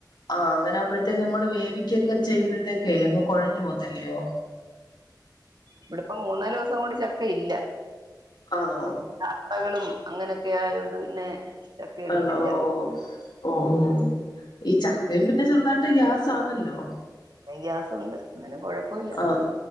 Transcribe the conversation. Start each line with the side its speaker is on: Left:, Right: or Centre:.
Left: ആഹ് അങ്ങനാകുമ്പോഴത്തേക്ക് നമ്മള് വേവിക്കൊക്കെ ചെയ്യുമ്പോഴത്തേക്കേ അങ്ങ് കൊഴഞ്ഞു പോകത്തില്ലയോ
Right: ഇവിടിപ്പം മൂന്നാല് ദിവസം കൊണ്ട് ചക്ക ഇല്ല
Left: ആണോ
Right: യാത്രകളും അങ്ങനൊക്കെ ആയൊണ്ട് പിന്നെ ചക്ക എടുത്തില്ല
Left: ആണോ ഓ ഓ ഓ ഓ ഈ ചക്കയും പിന്നെ ചെറുതായിട്ട് ഗ്യാസ് ആന്നല്ലോ
Right: ആ ഗ്യാസുണ്ട് എന്നാലും കുഴപ്പമില്ല
Left: ആഹ്